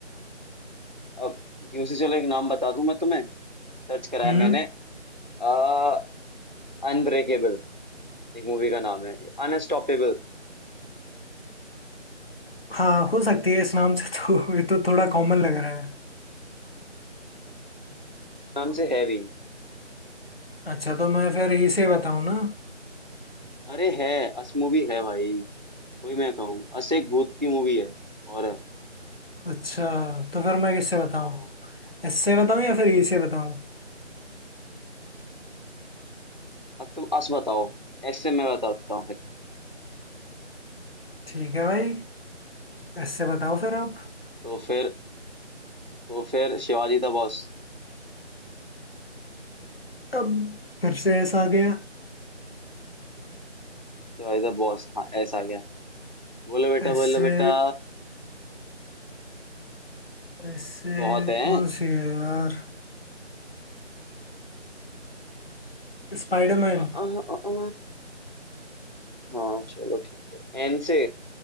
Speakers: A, on the right (about 40°); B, on the left (about 55°).
A: अब यू से चलो एक नाम बता दूं मैं तुम्हें सर्च कराया
B: हम्म
A: मैंने आ, अनब्रेकेबल एक मूवी का नाम है अनस्टॉपेबल
B: हाँ हो सकती है इस नाम से तो <laughs> ये तो थोड़ा कॉमन लग रहा है
A: नाम से है भी
B: अच्छा तो मैं फिर इसे बताऊं ना
A: अरे है अस मूवी है भाई वही मैं कहूँ अस एक भूत की मूवी है और
B: अच्छा तो फिर मैं किससे बताऊं
A: हाँ
B: इससे बताऊं या फिर इससे बताऊं
A: अब तुम अस बताओ ऐसे मैं बताता हूँ फिर
B: ठीक है भाई इससे बताओ फिर आप
A: तो फिर तो फिर Shivaji the boss
B: अब फिर से ऐसा आ गया
A: Shivaji the boss हाँ ऐसा आ गया बोलो बेटा
B: इससे
A: बोलो बेटा
B: इससे
A: बहुत है
B: कौन सी है यार स्पाइडरमैन
A: अ, अ, अ, अ, हाँ चलो ठीक है एन से